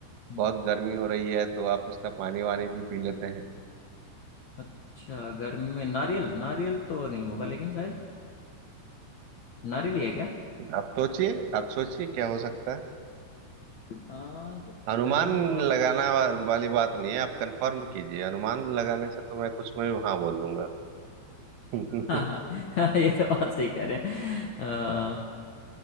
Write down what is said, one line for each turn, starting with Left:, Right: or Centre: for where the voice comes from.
Left: हम्म,
Right: बहुत गर्मी हो रही है तो आप उसका पानी वानी भी पी लेते हैं
Left: अच्छा गर्मी में नारियल नारियल तो नहीं होगा लेकिन शायद नारियल ही है क्या
Right: आप सोचिए आप सोचिए क्या हो सकता है
Left: आ,
Right: अनुमान
Left: गर्मी में पान
Right: लगाना वा- वाली बात नहीं है आप कंफर्म कीजिए अनुमान लगाने से तो मैं कुछ में भी हाँ बोल दूंगा <laughs>
Left: हाँ हाँ <laughs> ये तो बात सही कह रहे हैं